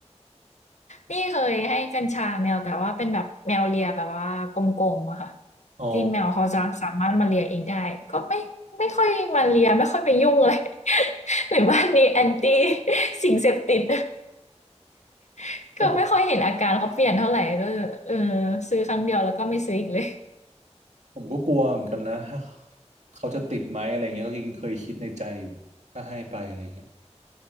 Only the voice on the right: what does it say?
อ๋อ
แต่ผม
ผมก็กลัวเหมือนกันนะถ้าเขาจะติดไหมอะไรเงี้ยก็ยังเคยคิดในใจอยู่ถ้าให้ไปอะไรเงี้ย